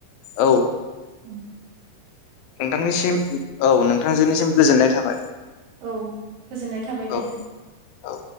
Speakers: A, on the left; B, on the right.
A: औ।
B: उम।
A: नोंथांनिसिम औ नोंथांजोनिसिम गोजोन्नाय थाबाय।
B: औ गोजोननाय थाबाय
A: औ
B: दे।
A: औ